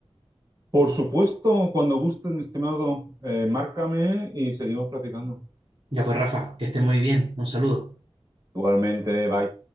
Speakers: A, on the right; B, on the right.
A: Por supuesto, cuando gusten, mi estimado, eh, márcame y seguimos platicando.
B: Ya pues, Rafa, que estés muy bien. Un saludo.
A: Igualmente, bye.